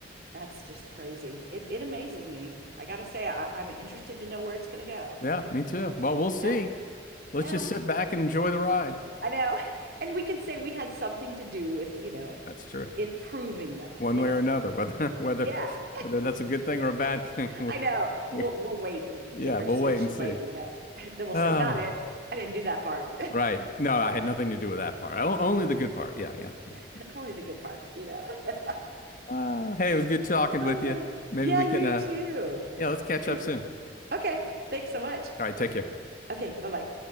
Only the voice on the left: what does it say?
Yeah, me too. Well, we'll see.
Let's just sit back and enjoy the ride.
That's true.
One
way
or another, whether <laughs> whether
whether that's a good thing or a bad thing. <laughs> We,
we,
yeah,
we'll
wait and see.
<sighs>
Uh,
right. No, I had nothing to do with that part. O- only the good part. Yeah, yeah. yeah.
Uh, hey, it was good talking
with you. Maybe
we
can, uh,
yeah, let's catch
up soon.
All right, take care.